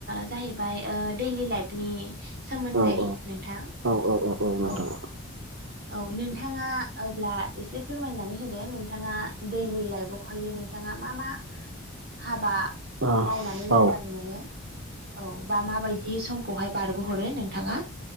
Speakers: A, on the right (about 50°); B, on the right (about 75°).
A: जाहैबाय ओ दैलि लाइफनि सोमोन्दै
B: औ
A: नोंथां
B: औ औ नोंथां
A: औ औ नोंथाङा अब्ला एसे फोरमायनानै होदो नोंथाङा दैलि लाइफावहायो नों थाङा मा मा हाबा
B: औ
A: मावनानै मोजां
B: औ
A: मोनो औ बा माबायदि समखौहाय बारग' हरो नोंथाङा